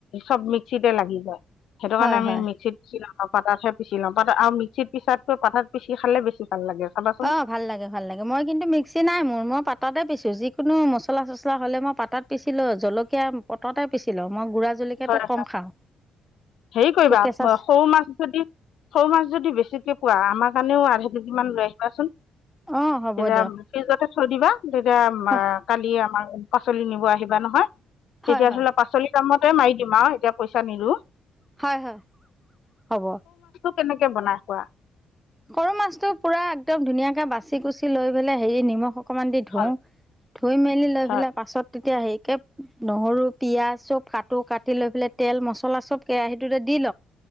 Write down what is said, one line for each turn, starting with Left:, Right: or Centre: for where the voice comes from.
Left: চব মিক্সিতে লাগি যায় সেইটো
Centre: হয়
Left: কাৰণে আমি
Centre: হয়
Left: মিক্সিতি <unintelligible> পতাত হে পিচি লওঁ, পতা, আৰু মিক্সিত পিছাতকৈ পালতাত পিছি খালে বেছি ভাল লাগে চাবাচোন
Centre: অ', ভাল লাগে, ভাল লাগে। মই কিন্তু মিক্সি নাই মোৰ মই পাততে পিছো যি কোনো মছলা-চচলা হ'লে মই পতাত পিচছি লওঁ, জলকীয়া পতাতে পিচি লওঁ, মই গুড়া জলকীয়াটো
Left: হয়
Centre: কম খাওঁ।
Left: হেৰি কৰিবা
Centre: তো কেঁচা
Left: সৰু মাছ যদি, সৰু মাছ যদি বেছিকে পোৱা আমাৰ কাৰণেও আধা কেজি মান লৈ আহিবাচোন। তেতিয়া
Centre: অঁ হ'ব দিয়ক
Left: ফ্ৰিজতে থৈ দিবা। তেতিয়া
Centre: হয়
Left: কালি আমাৰ পাচলি নিব আহিবা নহয়,
Centre: হয়
Left: তেতিয়া
Centre: হয়
Left: ধৰি লোৱা পাচলি <unintelligible> মতে মাৰি দিম আৰু এতিয়া পইচা নিদিওঁ।
Centre: হয়, হয়। হ'ব।
Left: কেনেকে বনাই খোৱা?
Centre: সৰু মাছটো পুৰা একদম ধুনীয়াকে বাচি কুচি লৈ পেলাই হেৰি নিমখ অকমান দি ধুও
Left: হয়
Centre: ধুই মেলি লৈ
Left: হয়
Centre: পেলাই পাছত। - এতিয়া হেইকে নহৰু পিয়াজ চব কাটো কাটি লৈ পেলাই তেল মছলা চব কেৰাহীটোতে দিলো। - দি